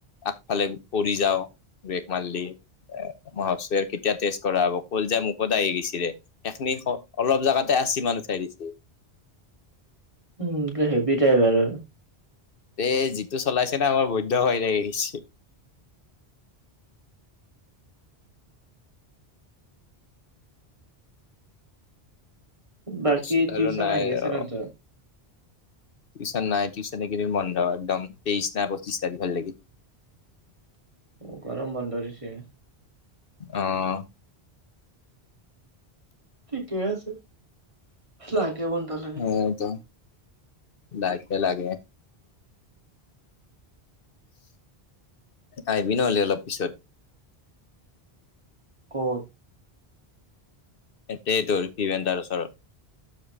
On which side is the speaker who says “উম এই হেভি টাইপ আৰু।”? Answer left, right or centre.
Right